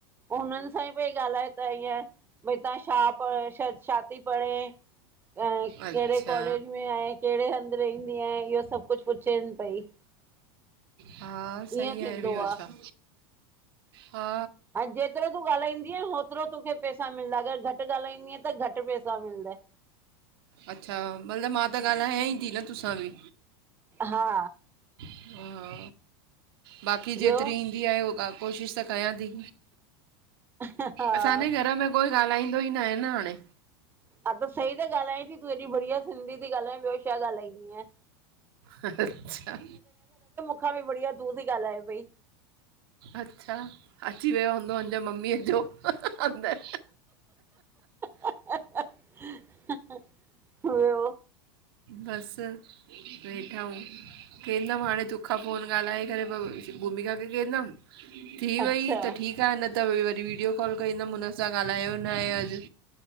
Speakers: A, on the right; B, on the right.
A: उनि असांजी पई ॻाल्हाए त ईअ, भई तव्हां छा पढ़ छा थी पढ़े। कहिड़े
B: अच्छा
A: कॉलेज में आहे, कहिड़े हंधि रहंदी आहिन इहो सब कुझु पुछेन पई।
B: हा सही
A: ईअं थींदो
B: आहे, ॿियो छा, हा।
A: हाणे जेतिरो तूं ॻाल्हाईंदीअ ओतिरो तोखे पैसा मिलंदा, अगरि घटि ॻाल्हाईंदीअ त घटि पैसा मिलंदय।
B: अच्छा, मतलब मां त ॻाल्हायईंती न तोसां ॿि।
A: हा।
B: हा, बाक़ी जेतिरी
A: ॿियो
B: कोशिश त कयां ती,
A: हा हा
B: असांजे घर में कोई ॻाल्हाईंदो ई न आहे न हाणे।
A: हा त सही त ॻाल्हाएं थी, तूं हेॾी बढिया सिधी थी ॻाल्हाए, ॿियो छा ॻाल्हाइंदिय।
B: अच्छा।
A: मुखां ॿि बढ़िया तूं थी गाल्हाए पइ।
B: अच्छा, अची वियो हूंदो अन्ज ममीअ जो। अंदर।
A: ॿियो
B: बस। वेठा आयूं, कंदमि हाणे, तोखां फोन ॻाल्हाए करे पोइ भूमिका खे कंदमि। थी
A: अच्छा
B: वई त ठीकु आहे न त वरी वीडियो कॉल कंदमि हुन सां ॻाल्हायो न आहे अॼु।